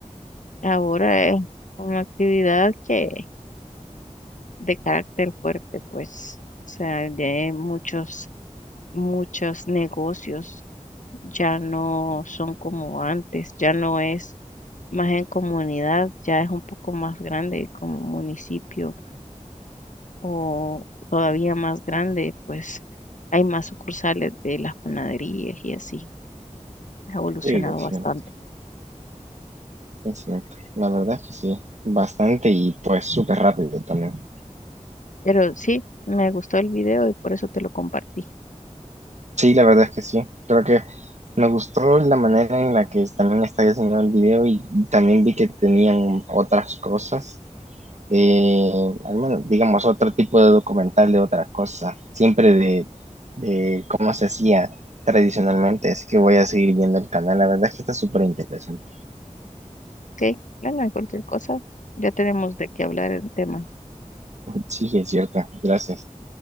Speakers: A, on the left; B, on the right.
A: ahora es una actividad que de carácter fuerte, pues, o sea, de muchos, muchos negocios ya no son como antes, ya no es más en comunidad, ya es un poco más grande como municipio o todavía más grande, pues hay más sucursales de las panaderías y así. ha evolucionado
B: Sí, es
A: bastante.
B: cierto, es cierto. La verdad es que sí, bastante y pues súper rápido también.
A: Pero sí, me gustó el video y por eso te lo compartí.
B: Sí, la verdad es que sí. Creo que me gustó la manera en la que también está diseñado el video y, y también vi que tenían otras cosas, eh, al menos, digamos, otro tipo de documental de otras cosas, siempre de, de cómo se hacía tradicionalmente. Así que voy a seguir viendo el canal. La verdad es que está súper interesante.
A: Ok, bueno, cualquier cosa, ya tenemos de qué hablar el tema.
B: <laughs> Sí, es cierto. Gracias.